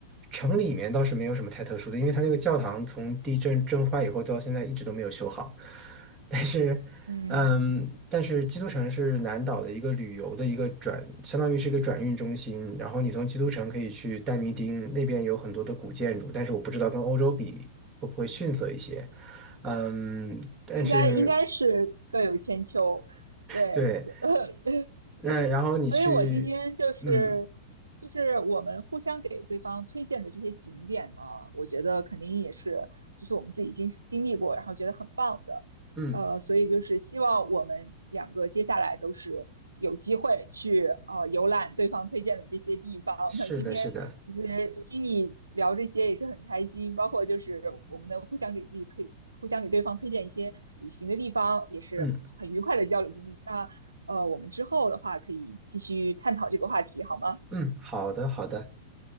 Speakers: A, on the right; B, on the right.
A: 城里面倒是没有什么太特殊的，因为它那个教堂从地震震坏以后到现在一直都没有修好。<laughs> 但是，
B: 嗯
A: 嗯，但是基督城是南岛的一个旅游的一个转，相当于是一个转运中心。然后你从基督城可以去但尼丁那边有很多的古建筑，但是我不知道跟欧洲比会不会逊色一些。嗯，但是
B: 应该应该是各有千秋。对，
A: 对。
B: 是 <laughs>
A: 嗯，然后你去，
B: 所以我今天就是就是我们互相给对方推荐的这些景点呢，
A: 嗯
B: 我觉得肯定也是就是我们自己经经历过，然后觉得很棒的，
A: 嗯，
B: 呃，所以就是希望我们两个接下来都是有机会去呃游览对方推荐的这些地方。
A: 是的，
B: 那今天其实听你聊这些也是很开心，
A: 是的，
B: 包括就是我们能互相给自己推，互相给对方推荐一些旅行的地方，也是很愉快的交流经历。
A: 嗯
B: 那呃，我们之后的话可以继续探讨这个话题，好吗？
A: 嗯，好的，好的，